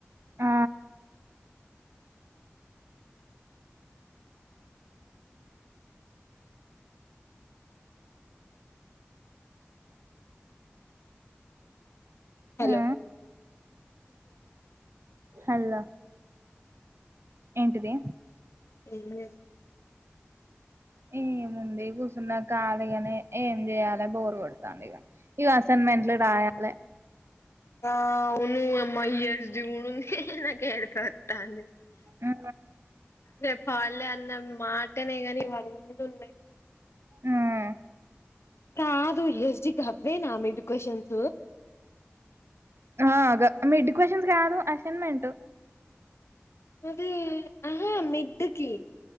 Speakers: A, on the right (about 70°); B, on the left (about 80°).
A: ఆ
B: హలో
A: ఆ హలో ఏంటిది
B: ఏం చేస్
A: ఏముంది కూర్చున్నా కాలిగానే ఏం చేయాలి బోరు కొడతాంది ఇగ ఇవి అసైన్మెంట్లు రాయాలె
B: ఆ అవును యమ ఈ యస్ డి గుడుంది నాకు ఏడ్పు వత్తాంది
A: ఆ
B: చెప్ హాలిడే అన్న మాటనే గానీ ఇవన్నీ ఉన్నాయి
A: ఉమ్
B: కాదు ఈ యస్ డి కి హవ్వే నా మీడ్ క్యూషన్స్
A: ఆ గ మిడ్డిక్ క్యూషన్స్ కాదు అసైన్మెంట్
B: అది ఆహా మిడ్ కి